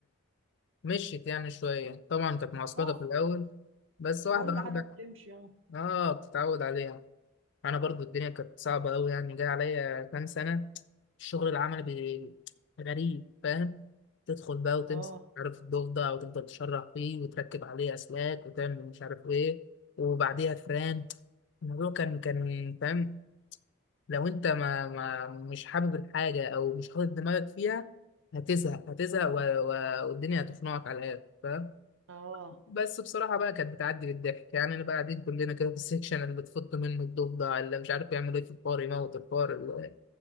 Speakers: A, on the left (about 55°); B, on the right (about 65°).
A: مشيت يعني شوية طبعا كانت معسكرة
B: اه
A: في الأول بس واحدة
B: كل
A: واحدة
B: حاجه بتمشي اه
A: اه بتتعود عليها أنا برضو الدنيا كانت صعبة أوي يعني جاي عليا كام سنة الشغل العملي بي- غريب فاهم تدخل بقى وتمسك
B: اه
A: مش عارف الضفدع وتفضل تشرح فيه وتركب عليه أسلاك وتعمل مش عارف إيه وبعديها فران الموضوع كان كان فاهم لو أنت ما, ما مش حابب الحاجة أو مش حاطط دماغك فيها هتزهق هتزهق و- و- والدنيا هتخنقك على الآخر
B: اه
A: بس بصراحة بقى كانت بتعدي بالضحك يعني أنا بقى قاعدين كلنا كده في السكشن اللي تفط منه الضفدع اللي مش عارف يعمل إيه في الفار يموت الفار ال-